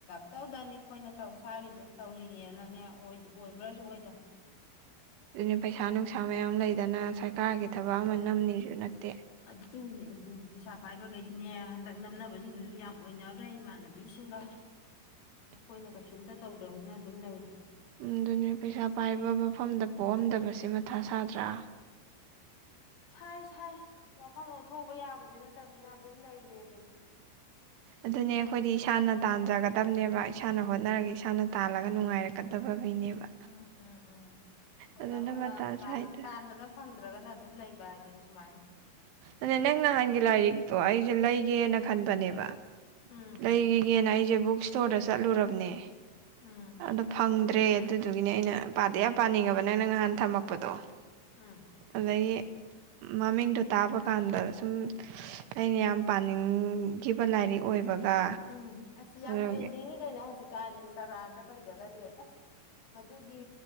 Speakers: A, on the left; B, on the right.
A: ꯇꯧꯗꯅꯤ ꯑꯩꯈꯣꯏꯅ ꯇꯧ ꯁꯥꯔꯤꯁꯦ ꯇꯧꯔꯤꯅꯦꯅꯅꯦ ꯑꯣꯏꯕ꯭ꯔꯥꯁꯨ ꯑꯣꯏꯗ
B: ꯑꯗꯨꯅꯤ ꯄꯩꯁꯥ ꯅꯨꯡꯁꯥ ꯃꯌꯥꯝ ꯂꯩꯗꯅ ꯁꯔꯀꯥꯔꯒꯤ ꯊꯕꯛ ꯑꯃ ꯅꯝꯅꯤꯁꯨ ꯅꯠꯇꯦ
A: ꯑꯗꯨꯅꯤ ꯑꯗꯨꯅꯤ ꯄꯩꯁꯥ ꯄꯥꯏꯕꯈꯩꯗꯤꯅꯦ ꯍꯟꯗꯛ ꯅꯝꯅꯕꯁꯤꯡꯗꯨꯁꯨ ꯌꯥꯝ ꯑꯣꯏꯅꯈ꯭ꯔꯦ ꯏꯃꯥꯟꯅꯕꯤꯁꯤꯡꯒ
B: <inaudible>
A: ꯑꯩꯈꯣꯏꯅ ꯀꯩꯁꯨꯝꯇ ꯇꯧꯗ꯭ꯔꯕꯅꯤꯅ ꯑꯗꯨꯝ ꯂꯩꯔꯦ
B: ꯎꯝ ꯑꯗꯨꯅꯦ ꯄꯩꯁꯥ ꯄꯥꯏꯕ ꯃꯐꯝꯗ ꯄꯣꯛꯑꯝꯗꯕꯁꯦ ꯃꯊꯥ ꯁꯥꯗ꯭ꯔꯥ
A: ꯁꯥꯏ ꯁꯥꯏ ꯃꯐꯝ ꯑꯣꯟꯊꯣꯛꯎꯕ ꯌꯥꯕꯗꯤ ꯅꯠꯇꯕꯅꯤꯅ ꯑꯗꯨꯝ ꯂꯩꯔꯦ ꯑꯗꯨꯅꯤ
B: ꯑꯗꯨꯅꯦ ꯑꯩꯈꯣꯏꯗꯤ ꯏꯁꯥꯅ ꯇꯥꯟꯖꯒꯗꯕꯅꯦꯕ ꯏꯁꯥꯅ ꯍꯣꯠꯅꯔꯒ ꯏꯁꯥꯅ ꯇꯥꯜꯂꯒ ꯅꯨꯡꯉꯥꯏꯔꯛ ꯀꯗꯕ ꯃꯤꯅꯦꯕ
A: ꯎꯝ ꯎꯝ ꯎꯝ ꯍꯣꯠꯅꯕ
B: ꯑꯗꯨꯅ ꯃꯇꯥ
A: ꯑ
B: ꯁꯥꯏꯗ
A: ꯇꯥꯟꯕꯗ ꯐꯪꯗ꯭ꯔꯒꯅ ꯑꯗꯨꯝ ꯂꯩꯕ ꯍꯥꯏꯗꯨꯅꯤ ꯁꯨꯃꯥꯏꯅ
B: ꯑꯗꯨ ꯅꯪ ꯅꯍꯥꯟꯒꯤ ꯂꯥꯏꯔꯤꯛꯇꯣ ꯑꯩꯁꯨ ꯂꯩꯒꯦꯅ ꯈꯟꯕꯅꯦꯕ
A: ꯎꯝ
B: ꯂꯩꯔꯒꯦꯅ ꯑꯩꯁꯦ ꯕꯨꯛ ꯏꯁꯇꯣꯔꯗ ꯆꯠꯂꯨꯔꯕꯅꯦ
A: ꯎꯝ
B: ꯑꯗ‌ꯣ ꯐꯪ ꯗ꯭ꯔꯦ ꯑꯗꯨꯗꯨꯒꯤꯅꯦ ꯑꯩꯅ ꯄꯥꯗꯤ ꯌꯥꯝ ꯄꯥꯅꯤꯡꯉ‌ꯦꯕ ꯅꯪꯅ ꯅꯍꯥꯟ ꯊꯝꯃꯛꯄꯗꯣ
A: ꯎꯝ
B: ꯑꯗꯒꯤ ꯃꯃꯤꯡꯗꯣ ꯇꯥꯕ ꯀꯥꯟꯗ ꯁꯨꯝ ꯑꯩꯅ ꯌꯥꯝ ꯄꯥꯅꯤꯡꯈꯤꯕ ꯂꯥꯏꯔꯤꯛ ꯑꯣꯏꯕꯒ
A: ꯎꯝ ꯑꯁ ꯌꯥꯝ
B: ꯑꯗꯨꯒꯤ
A: ꯇ꯭ꯔꯦꯟꯗꯤꯡꯅꯤ ꯀꯩꯅꯣ ꯍꯧꯖꯤꯛꯀꯥꯟꯗꯤ ꯏꯟꯁꯇꯥꯒ꯭ꯔꯥꯝꯗ ꯀꯩꯗꯒꯁꯦ ꯑꯁ ꯃꯗꯨꯒꯤ